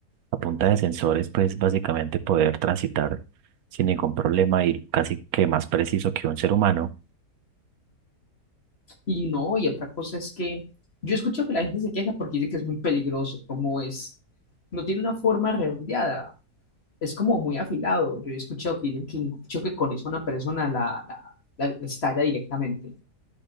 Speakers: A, on the right; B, on the left.
A: A punta de sensores, pues básicamente poder transitar sin ningún problema y casi que más preciso que un ser humano.
B: Y no, y otra cosa es que yo escucho que la gente se queja porque dice que es muy peligroso, como es, no tiene una forma redondeada, es como muy afilado. Yo he escuchado que dicen que un choque con eso a una persona la, la, la- la estalla directamente